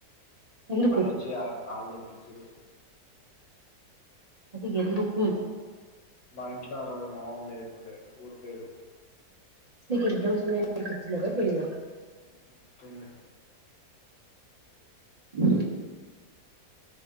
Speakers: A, on the right (about 25°); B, on the left (about 70°).
A: ఎందుకు
B: వాళ్ళొచ్చి ఆ ఆళ్ళు తెప్పిచ్చిరు
A: అది ఎందుకు
B: మా ఇంట్లో ఆరోజు మా వాళ్ళు లేకుండే ఊరికి పోయిర్రు
A: నీకు ఎగ్జామ్స్ ఉన్నాయని నీకు గుర్తులేదా తెలీద
B: గుర్తుంది
A: బ